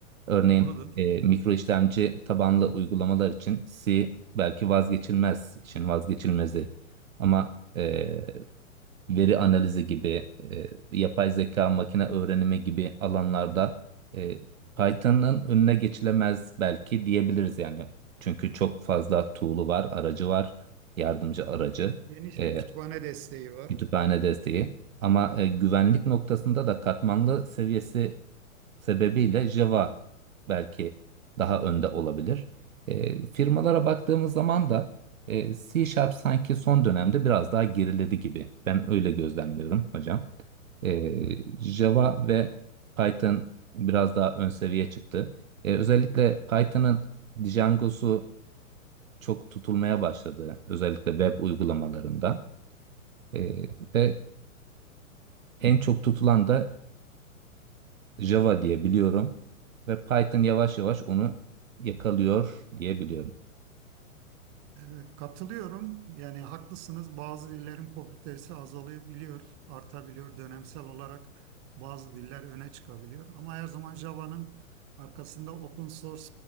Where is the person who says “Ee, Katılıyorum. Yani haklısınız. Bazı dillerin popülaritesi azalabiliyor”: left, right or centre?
Right